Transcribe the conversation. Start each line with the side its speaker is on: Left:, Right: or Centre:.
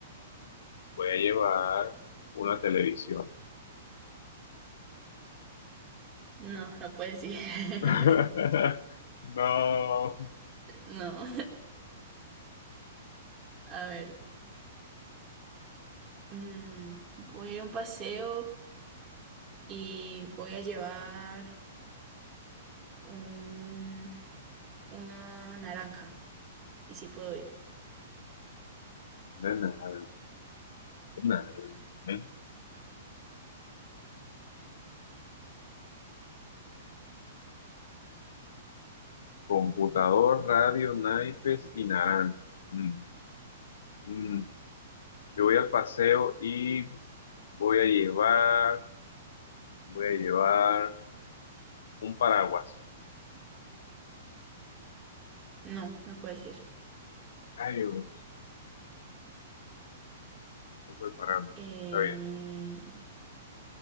Left: voy a llevar una televisión.
Right: No, no puedo ir. <laughs>
Left: <laughs> No.
Right: No, a ver, mm, voy a ir a un paseo y voy a llevar... un, una naranja. Y si puedo ir.
Left: De nada, de nada. Eh, Computador, radio, naipes y naranja. Mm, mm. Yo voy al paseo y voy a llevar Voy a llevar un paraguas.
Right: No, no puedes ir.
Left: Ay, Dios, poco el paraguas.
Right: Eh,
Left: Está bien.